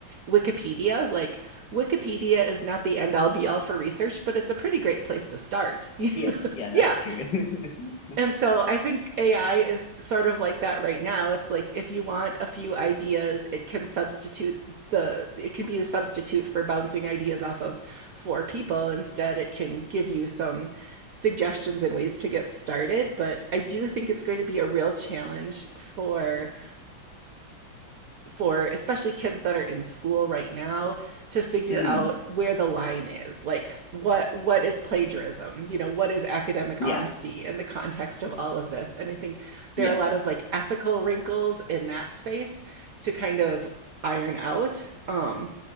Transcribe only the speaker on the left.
Yeah,
yeah,
that's true. <laughs>
Mm,
yeah,
yeah,